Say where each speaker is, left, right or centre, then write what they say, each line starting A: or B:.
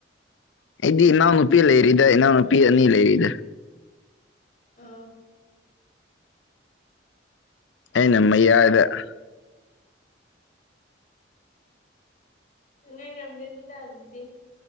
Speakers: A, on the left; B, on the left.
A: ꯑꯩꯗꯤ ꯏꯅꯥꯎꯅꯨꯄꯤ ꯂꯩꯔꯤꯗ ꯏꯅꯥꯎꯅꯨꯄꯤ ꯑꯅꯤ ꯂꯩꯔꯤꯗ
B: ꯑ
A: ꯑꯩꯅ ꯃꯌꯥꯏꯗ <inaudible>
B: ꯉꯥꯏꯔꯝꯒꯅꯤꯗꯥ ꯑꯗꯨꯗꯤ